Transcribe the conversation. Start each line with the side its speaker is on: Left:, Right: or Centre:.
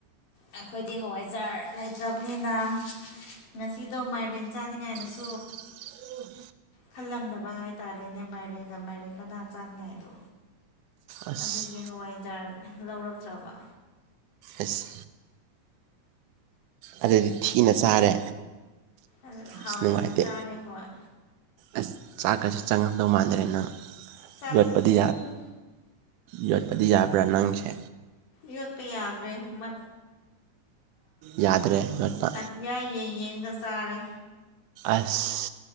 Left: ꯑꯩꯈꯣꯏꯗꯤ ꯍꯋꯥꯏꯖꯥꯔ ꯂꯩꯇ꯭ꯔꯕꯅꯤꯅ ꯉꯁꯤꯗꯣ ꯃꯥꯏꯔꯦꯟ ꯆꯥꯅꯤꯡꯉꯥꯏꯅꯁꯨ
Right: <inaudible>
Left: ꯈꯜꯂꯝꯗꯕ ꯍꯥꯏꯇꯥꯔꯦꯅꯦ ꯃꯥꯏꯔꯦꯅꯒ ꯃꯥꯏꯔꯦꯅ ꯃꯅꯥ ꯆꯥꯅꯤꯡꯉꯥꯏꯗꯣ
Right: ꯑꯁ
Left: ꯑꯗꯨꯒꯤ ꯍꯋꯥꯏꯖꯥꯔ ꯂꯧꯔꯛꯇ꯭ꯔꯕ
Right: ꯑꯁ ꯑꯗꯨꯗꯤ ꯊꯤꯅ ꯆꯥꯔꯦ
Left: ꯑꯗꯨ ꯍꯥꯎꯇꯅ
Right: ꯑꯁ ꯅꯨꯡꯉꯥꯏꯇꯦ
Left: ꯆꯥꯔꯦ ꯍꯣꯏ
Right: ꯑꯁ ꯆꯥꯛꯀꯁꯦ ꯆꯪꯉꯝꯗꯧ ꯃꯥꯟꯗ꯭ꯔꯦ ꯅꯪ
Left: ꯆꯥꯛ
Right: ꯌꯣꯠꯄꯗꯤ
Left: ꯎꯝ
Right: ꯌꯣꯠꯄꯗꯤ ꯌꯥꯕ꯭ꯔꯥ ꯅꯪꯁꯦ
Left: ꯌꯣꯠꯄ ꯌꯥꯗ꯭ꯔꯦ ꯃ
Right: ꯌꯥꯥꯗ꯭ꯔꯦ ꯌꯣꯠꯄ
Left: ꯑꯇꯤꯌꯥ ꯌꯦꯡ ꯌꯦꯡꯒ ꯆꯥꯔꯦ
Right: ꯑꯁ